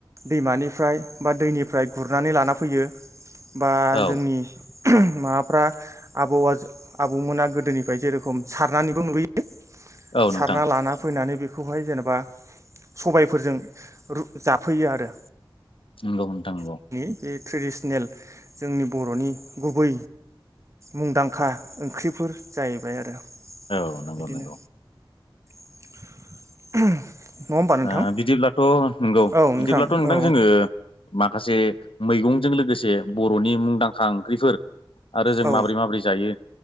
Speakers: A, on the right; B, on the left.
A: दैमानिफ्राय बा दैनिफ्राय गुरनानै लाना फैयो बा
B: औ
A: जोंनि माबाफ्रा आबौ आबौमोना गोदोनिफ्राय जेरेखम सारनानैबो मोनबोयो।
B: औ
A: सारना
B: नोंथां
A: लाना फैनानै बेखौ बेखौहाय जेनेबा सबायफोरजों जाफैयो आरो
B: नोंगौ नोंथां नंगौ
A: जोंनि बे ट्रेडिसनेल जोंनि बरनि गुबै मुंदांखा ओंख्रिफोर जाहैबाय आरो
B: औ नंगौ
A: बिदिनो
B: नंगौ
A: <unintelligible> नोंथां
B: ओ बिदिब्लाथ नंगौ
A: औ
B: बिदिब्लाथ नोंथां
A: औ
B: जोङो माखासे मैगंजों लोगोसे बरनि मुंदांखा ओंख्रिफोर आरो जों
A: औ
B: माबोरै माबोरै जायो